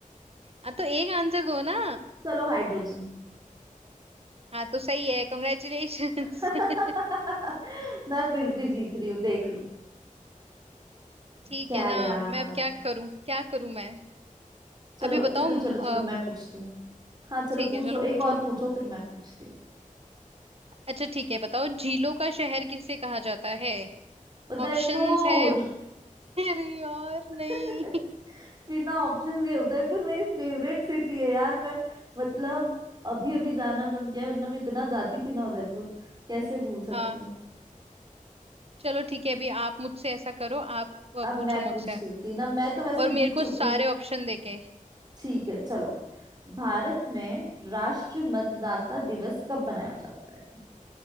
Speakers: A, on the right; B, on the right.
A: हाँ तो एक आंसर दो ना
B: चलो हाइड्रोजन
A: हाँ तो सही है कॉन्ग्रेचुलेशंस
B: <laughs>
A: <laughs>
B: मैं फिर भी जीत रही हूँ देख लो
A: ठीक
B: क्या
A: है ना
B: यार
A: मैं अब क्या करूं क्या करूं मैं
B: चलो
A: अभी बताओ
B: चलो
A: म,
B: चलो
A: अम,
B: चलो मैं पूछती हूँ हाँ चलो
A: ठीक
B: पूछो
A: है चलो
B: एक
A: पूछो
B: और पूछो फिर मैं पूछती हूँ
A: अच्छा ठीक है बताओ झीलों का शहर किसे कहा जाता है
B: उदयपुर
A: ऑप्शंस है अरे यार
B: <laughs>
A: नहीं
B: बिना ऑप्शंस के उदयपुर मेरी फेवरेट सिटी है यार मैं मतलब अभी अभी जाना कम किया है वरना मैं इतना जाती थी ना उदयपुर कैसे भूल सकती
A: <laughs> हाँ
B: हूँ
A: चलो ठीक है अभी आप मुझसे ऐसा करो आप अ,
B: अब
A: पूछो
B: मैं
A: मुझसे
B: पूछती हूँ तीन अब मैं तो वैसे
A: और मेरे
B: जीत
A: को
B: चुकी
A: सारे
B: हूँ
A: ऑप्शन देके
B: ठीक है चलो भारत में राष्ट्र मतदाता दिवस कब मनाया जाता है